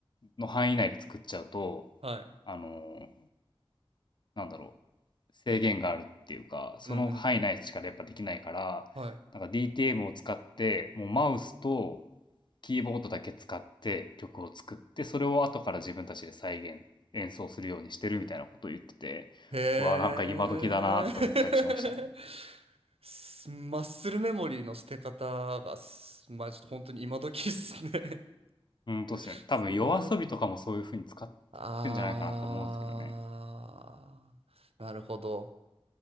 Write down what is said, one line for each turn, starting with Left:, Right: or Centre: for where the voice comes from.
Left: の範囲内で作っちゃうと、
Right: はい。
Left: あの、なんだろう、制限があるっていうか、その範囲内しかやっぱできないから、
Right: うんうん。はい。
Left: なんか DTM を使って、もうマウスとキーボードだけ使って曲を作って、それを後から自分たちで再現、演奏するようにしてるみたいなことを言ってて、
Right: へえ。
Left: うわ、なんか今時だなって思ったりしましたね。
Right: <laughs> すマッスルメモリーの捨て方がす、マジで本当に今時っすね
Left: うん、とですね。
Right: <laughs>
Left: 多分夜遊びとかもそういう風に使ってんじゃないかなと思うんですけどね。
Right: そうや。あー、なるほど。